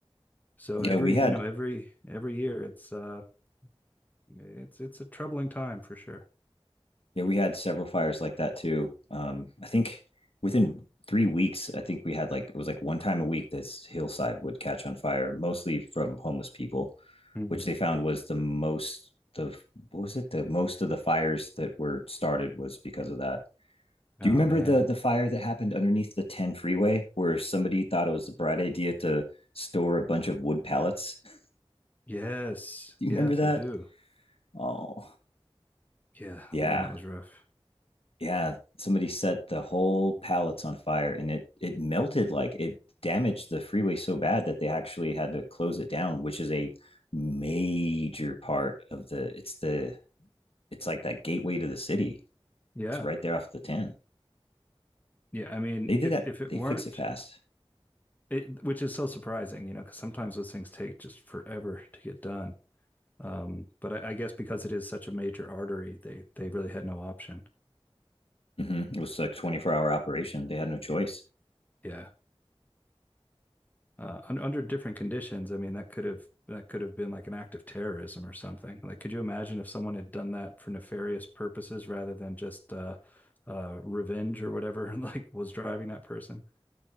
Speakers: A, on the left (about 15°); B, on the left (about 70°).
A: So
B: Yeah,
A: every
B: we had
A: you know every every year, it's uh it's it's a troubling time for sure.
B: yeah, we had several fires like that too. Um, I think within three weeks, I think we had like it was like one time a week this hillside would catch on fire, mostly from homeless people
A: Mm.
B: which they found was the most of what was it? The most of the fires that were started was because of that. Do
A: Oh
B: you remember
A: man,
B: the the fire that happened underneath the 10 freeway where somebody thought it was a bright idea to store a bunch of wood pallets? <laughs> Do
A: yes,
B: you
A: yes,
B: remember that?
A: I do.
B: Oh,
A: Yeah,
B: yeah.
A: man, that was rough.
B: Yeah, somebody set the whole pallets on fire and it it melted like it damaged the freeway so bad that they actually had to close it down, which is a major part of the it's the it's like that gateway to the city
A: Yeah.
B: It's right there off the 10.
A: Yeah. I mean,
B: They did
A: if
B: that.
A: if it
B: They
A: weren't
B: fix it fast.
A: it, which is so surprising, you know, because sometimes those things take just forever to get done. Um, but I, I guess because it is such a major artery, they they really had no option.
B: Mm-hmm. It was like 24 hour operation. They had no choice.
A: Yeah. Uh, un, under different conditions, I mean, that could have that could have been like an act of terrorism or something. Like, could you imagine if someone had done that for nefarious purposes rather than just uh, uh, revenge or whatever, <laughs> like was driving that person?